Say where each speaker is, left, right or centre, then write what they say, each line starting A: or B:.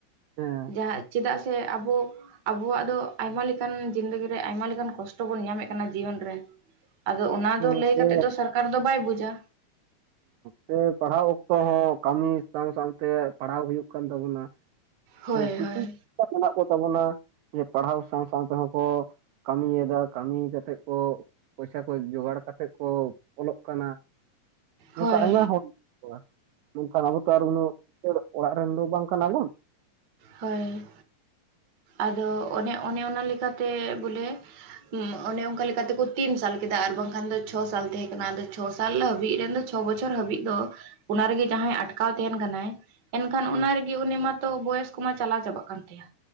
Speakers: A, on the right; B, on the right.
A: ᱦᱮᱸ
B: ᱡᱟᱦᱟᱸ ᱪᱮᱫᱟᱜ ᱥᱮ ᱟᱵᱚ ᱟᱵᱚᱣᱟᱜ ᱫᱚ ᱟᱭᱢᱟ ᱞᱮᱠᱟᱱ ᱡᱤᱱᱫᱮᱜᱤ ᱨᱮ ᱟᱭᱢᱟ ᱞᱮᱠᱟᱱ ᱠᱚᱥᱴᱚ ᱵᱚᱱ ᱧᱟᱢᱮᱫ ᱠᱟᱱᱟ ᱡᱤᱭᱚᱱ ᱨᱮ᱾ ᱟᱫᱚ ᱚᱱᱟ
A: ᱦᱩᱸ
B: ᱫᱚ ᱞᱟᱹᱭ
A: ᱥᱮ
B: ᱠᱟᱛᱮᱫ ᱫᱚ ᱥᱚᱨᱠᱟᱨ ᱫᱚ ᱵᱟᱭ ᱵᱩᱡᱟ।
A: ᱥᱮ ᱯᱟᱲᱦᱟᱣ ᱚᱠᱛᱚ ᱦᱚᱸ ᱠᱟᱹᱢᱤ ᱥᱟᱶ ᱥᱟᱶᱛᱮ ᱯᱟᱲᱦᱟᱣ ᱦᱩᱭᱩᱜ ᱠᱟᱱ ᱛᱟᱵᱚᱱᱟ᱾
B: ᱦᱳᱭ
A: ᱠᱤᱪᱷᱩ
B: ᱦᱳᱭ
A: ᱢᱮᱱᱟᱜ ᱠᱚᱛᱟᱵᱚᱱᱟ ᱡᱮ ᱯᱟᱲᱦᱟᱣ ᱥᱟᱶ ᱥᱟᱶ ᱛᱮᱦᱚᱸ ᱠᱚᱼᱼ ᱠᱟᱹᱢᱤᱭᱮᱫᱟ ᱠᱟᱹᱢᱤ ᱠᱟᱛᱮᱫ ᱠᱚ ᱯᱚᱭᱥᱟ ᱠᱚ ᱡᱚᱜᱟᱲ ᱠᱟᱛᱮᱫ ᱠᱚ ᱚᱞᱚᱜ ᱠᱟᱱᱟ। ᱱᱚᱝᱠᱟ
B: ᱦᱳᱭ
A: ᱟᱭᱢᱟ ᱦᱚᱲ ᱢᱮᱱᱟᱜ ᱠᱚᱣᱟ, ᱱᱚᱝᱠᱟ ᱟᱵᱚ ᱛᱚ ᱟᱨ ᱩᱱᱟᱹᱜ ᱚᱲᱟᱜ ᱨᱮᱱ ᱫᱚ ᱵᱟᱝ ᱠᱟᱱᱟᱵᱚᱱ᱾
B: ᱦᱳᱭ᱾ ᱟᱫᱚ ᱚᱱᱮ ᱚᱱᱮ ᱚᱱᱟ ᱞᱮᱠᱟᱛᱮ ᱵᱚᱞᱮ ᱚᱱᱮ ᱚᱱᱠᱟ ᱞᱮᱠᱟ ᱛᱮᱠᱚ ᱛᱤᱱ ᱥᱟᱞ ᱠᱮᱫᱟ ᱟᱨ ᱵᱟᱝᱠᱷᱟᱱ ᱫᱚ ᱪᱷᱚ ᱥᱟᱞ ᱛᱟᱦᱮᱸ ᱠᱟᱱᱟ ᱟᱞᱮᱼᱼ ᱪᱷᱚ ᱥᱟᱞ ᱦᱟᱹᱵᱤᱡ ᱨᱮᱱ ᱫᱚ ᱪᱷᱚ ᱵᱚᱪᱷᱚᱨ ᱦᱟᱹᱵᱤᱡ ᱫᱚ ᱚᱱᱟ ᱨᱮᱜᱮ ᱡᱟᱦᱟᱸᱭ ᱟᱴᱠᱟᱣ ᱛᱟᱦᱮᱱ ᱠᱟᱱᱟᱭ। ᱮᱱᱠᱷᱟᱱ
A: ᱦᱮᱸ
B: ᱚᱱᱟ ᱨᱮᱜᱤ ᱩᱱᱤ ᱢᱟᱛᱚ ᱵᱚᱭᱚᱥ ᱠᱚᱢᱟ ᱪᱟᱞᱟᱣ ᱪᱟᱵᱟᱜ ᱠᱟᱱ ᱛᱟᱭᱟ᱾